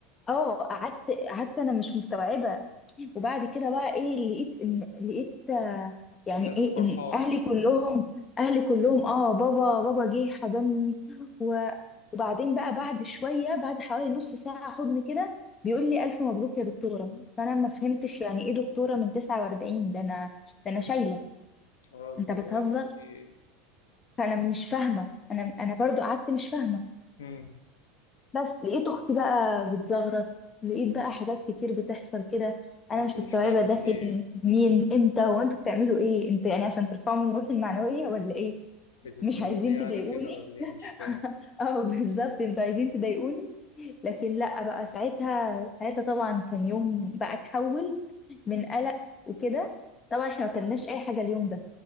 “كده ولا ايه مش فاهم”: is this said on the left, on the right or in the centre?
Left